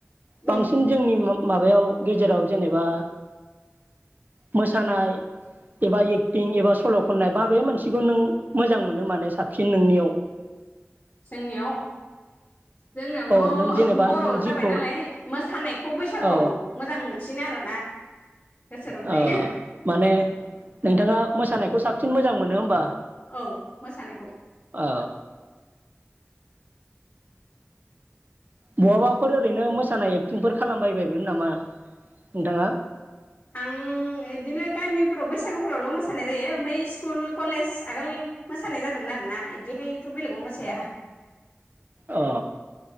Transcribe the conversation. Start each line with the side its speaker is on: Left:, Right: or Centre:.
Right: बांसिन
Left: उम
Right: जोंनि मा-माबायाव। गेजेराव जेनेबा मोसानाय एबा एक्टिं एबा सल खननाय माबे मोनसेखौ नों मोजां मोनो माने साबसिन नोंनियाव।
Left: जोंनियाव। जोंनावथ
Right: औ नों जेनेबा
Left: बर
Right: नों जिखौ
Left: जाबाय नालाय मासानायखौ बैसागुआव
Right: औ
Left: मोजां मोन। सिन आरोना। गोसो रंजायो
Right: अ माने नोंथाङा। मोसानायखौ साबसिन मोजां मोनो होमबा?
Left: औ मोसानायखौ।
Right: अ बहाबाफोर ओरैनो मोसानाय एक्टिंफोर खालामबायबायमोन नामा नोंथाङा?
Left: आं इदिनो गामिफोराव बैसागुफोरावल मोसानाय जायो ओमफ्राय स्कुल कलेज आगोल मोसानाय जादोंमोन आरोना इदिहाय। थ बेलेग मोसाया।
Right: अ